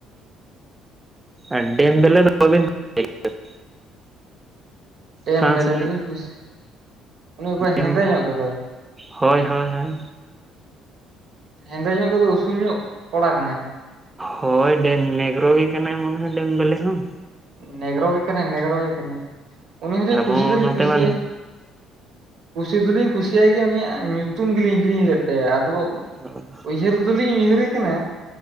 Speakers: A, on the right; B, on the right.
A: ᱟᱨ ᱰᱮᱱ ᱵᱮᱞᱮ ᱫᱚ ᱵᱟᱵᱤᱱ <unintelligible>
B: <unintelligible>
A: ᱯᱷᱨᱟᱱᱥ
B: ᱵᱮᱞᱟ
A: ᱨᱤᱱᱤᱡ
B: ᱫᱚᱞᱤᱧ ᱠᱩᱥᱤᱼᱼ ᱩᱱᱤ ᱚᱠᱚᱭ
A: ᱰᱮᱢ
B: ᱦᱮᱸᱫᱮ ᱧᱚᱜ ᱜᱮᱫᱚᱭ᱾
A: ᱦᱳᱭ ᱦᱳᱭ ᱦᱳᱭ
B: ᱦᱮᱸᱫᱮ ᱧᱚᱜ ᱜᱮᱫᱚ ᱩᱥᱩᱞ ᱧᱚᱜ ᱠᱚᱲᱟ ᱠᱟᱱᱟᱭ ᱦᱟᱜ᱾
A: ᱦᱳᱭ ᱰᱮᱱ ᱢᱮᱜᱽᱨᱳ ᱜᱮ ᱠᱟᱱᱟᱭ ᱢᱚᱱᱮ ᱦᱚᱭ ᱰᱮᱢ ᱵᱮᱞᱮ ᱦᱚᱸ᱾
B: ᱱᱮᱜᱽᱨᱳ ᱜᱮ ᱠᱟᱱᱟᱭ ᱱᱜᱽᱨᱳᱜᱮ ᱠᱟᱱᱟᱭ ᱩᱱᱤ <unintelligible>
A: ᱟᱵᱚ
B: ᱠᱩᱥᱤ ᱫᱚᱞᱤᱧ
A: ᱱᱚᱛᱮ
B: ᱠᱩᱥᱤᱭᱟᱭᱟ᱾
A: ᱢᱟ
B: ᱠᱩᱥᱤ ᱫᱚᱞᱤᱧ ᱠᱩᱥᱤᱭᱟᱭ ᱜᱮᱭᱟ ᱩᱱᱤᱭᱟᱜ ᱧᱩᱛᱩᱢ ᱜᱮᱞᱤᱧ ᱦᱤᱲᱤᱧ ᱞᱮᱫ ᱛᱟᱭᱟ ᱟᱫᱚᱼᱼ
A: ᱦᱩᱸᱼᱼ
B: ᱩᱭᱦᱟᱹᱨ ᱫᱚᱞᱤᱧ ᱩᱭᱦᱟᱹᱨᱮ ᱠᱟᱱᱟ